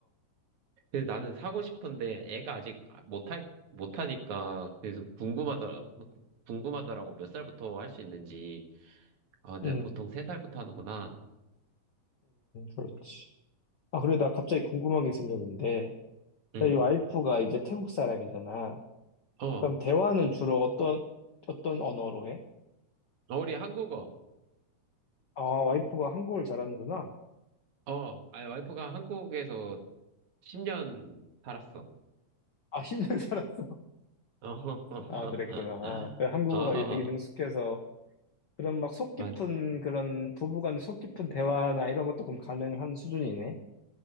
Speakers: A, on the right; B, on the left.
A: 근데 나는 사고 싶은데 애가 아직 아- 못할, 못하니까, 그래서 궁금하더라, 궁금하더라고 몇 살부터 할 수 있는지. 아, 근데
B: 어어음음음
A: 보통 세 살부터 하는구나.
B: 그렇지 아 그래 나 갑자기 궁금한 게 생겼는데
A: 응.
B: 나 이 와이프가 이제 태국 사람이잖아
A: 어, 어,
B: 그럼 대화는 주로 어떤, 어떤 언어로 해?
A: 우리 한국어.
B: 아, 와이프가 한국어를 잘하는구나.
A: 어, 아니, 와이프가 한국에서 10년 살았어.
B: 아, 10년 살았어.
A: 어, <laughs>
B: <laughs> 아, 그랬구나. 그래, 한국어가
A: 어,
B: 이제 되게 능숙해서 그런 막 속
A: 맞.
B: 깊은 그런 부부간 속 깊은 대화나 이런 것도 그럼 가능한 수준이네.